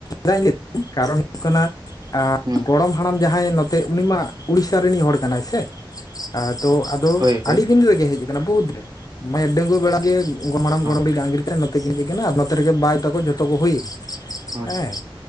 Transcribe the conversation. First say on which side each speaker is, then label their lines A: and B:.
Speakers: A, on the left; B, on the right.
A: ᱪᱮᱫᱟᱜ ᱠᱟᱨᱚᱱ ᱦᱩᱭᱩᱜ ᱠᱟᱱᱟ
B: ᱦᱳᱭ
A: ᱜᱚᱲᱚᱢ ᱦᱟᱲᱟᱢ ᱡᱟᱦᱟᱸᱭ ᱱᱚᱛᱮ ᱩᱱᱤ ᱢᱟ ᱩᱲᱤᱥᱥᱟ ᱨᱤᱱᱤᱡ ᱦᱚᱲ ᱠᱟᱱᱟᱭ ᱥᱮ ᱛᱚ ᱟ ᱫᱚ
B: ᱦᱳᱭ ᱦᱳᱭ
A: ᱟᱹᱰᱤ ᱫᱤᱱ ᱨᱮᱜᱮ ᱦᱮᱡ ᱟᱠᱟᱱᱟ ᱵᱚᱦᱩᱛ ᱨᱮ ᱢᱟᱱᱮ ᱰᱟᱝᱜᱩᱣᱟ ᱵᱮᱲᱟ ᱜᱮ <unintelligible>
B: ᱦᱚᱸ
A: ᱟᱸᱜᱤᱨ ᱱᱚᱛᱮ ᱜᱮᱧ ᱦᱤᱡ ᱠᱟᱱᱟ ᱟᱨ ᱱᱚᱛᱮ ᱨᱮᱜᱮ ᱵᱟᱭ ᱛᱟᱠᱚ ᱡᱷᱚᱛᱚ ᱠᱚ ᱦᱩᱭ <unintelligible>
B: ᱦᱳᱭ
A: ᱦᱮᱸ